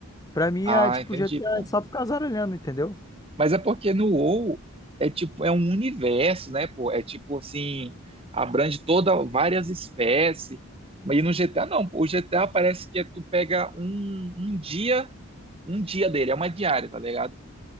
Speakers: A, on the left; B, on the right.
A: Pra mim
B: Ah,
A: é tipo
B: entendi,
A: GTA,
B: pô.
A: é só tu casar olhando, entendeu?
B: Mas é porque no WoW é tipo, é um universo, né, pô? É tipo assim, abrange toda várias espécies. Mas e no GTA não, pô. O GTA parece que é tu pega um, um dia, um dia dele, é uma diária, tá ligado?